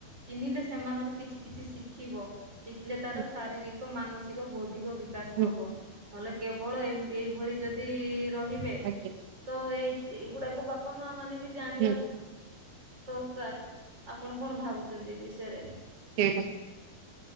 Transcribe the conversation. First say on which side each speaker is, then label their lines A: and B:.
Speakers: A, on the right (about 25°); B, on the right (about 75°).
A: ଚିହ୍ନିଲେ ସେମାନଙ୍କଠୁ କିଛି କିଛି ଶିଖିବ ଶିଖିଲେ ତାର
B: ହୁଁ
A: ଶାରୀରିକ ମାନସିକ ବୌଦ୍ଧିକ ବିକା - ବିକାଶ
B: ହୁଁ
A: ହବ ହେଲେ କେବଳ ଏ ଏଇଭଳି ଯଦି ରହିବେ
B: ଆଜ୍ଞା
A: ତ ଏଇ ଏଇଗୁଡାକ ବାପା ମା ମାନେ ବି ଜଣିିବା
B: ହୁଁ
A: ଦରକାର ଆପଣ କଣ ଭାବୁଛନ୍ତି ବିଷୟରେ
B: ସେଇଟା